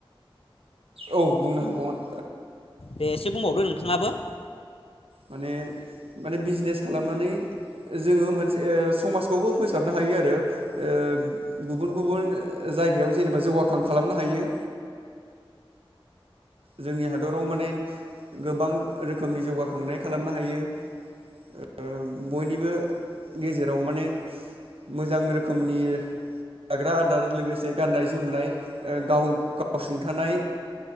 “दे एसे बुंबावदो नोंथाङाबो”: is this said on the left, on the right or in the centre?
Left